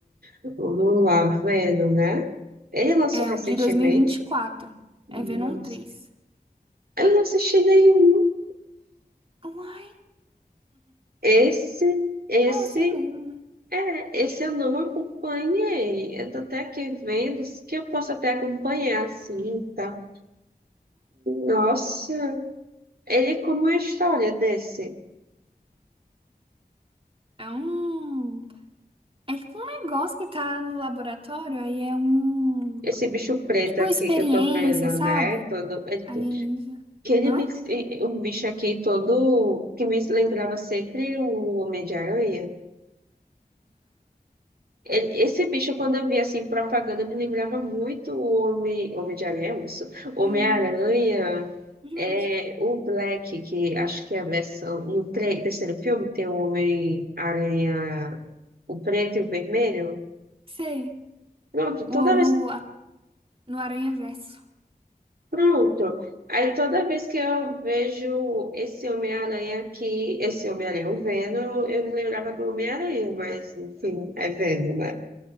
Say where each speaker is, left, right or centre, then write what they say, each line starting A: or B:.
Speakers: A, on the right; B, on the right.
A: Não lá vendo, né? Ele lançou
B: É,
A: recentemente.
B: o de dois mil e e vinte e quatro
A: Nossa.
B: É Venom três
A: Eu não assisti nenhum.
B: Uai,
A: Esse, esse,
B: é assim mesmo, né?
A: é, esse eu não acompanhei. Eu tô até aqui vendo isso que eu posso até acompanhar, assim, tá? Nossa, ele como é a história desse,
B: É, é um... É tipo um negócio que tá no laboratório, aí é um...
A: esse bicho preto
B: Tipo
A: aqui
B: uma experiência,
A: que eu tô vendo,
B: sabe?
A: né? Todo, ele,
B: Alienígena.
A: que ele
B: Hã?
A: me- um bicho aqui todo que me lembrava sempre o Homem de Aranha. E- Esse bicho, quando eu via assim, propaganda, me lembrava muito o Homem, Homem de Aranha, isso. Homem-Aranha,
B: Hum, justo.
A: é, o Black, que acho que é a versão. No tre- terceiro filme tem o Homem-Aranha, o preto e o vermelho.
B: Sei.
A: Pronto,
B: O,
A: toda
B: no,
A: vez.
B: a- no Aranha Verso.
A: Pronto. Aí toda vez que eu vejo esse Homem-Aranha aqui, esse Homem-Aranha, o Venom, eu me lembrava do Homem-Aranha, mas enfim, é Venom, né?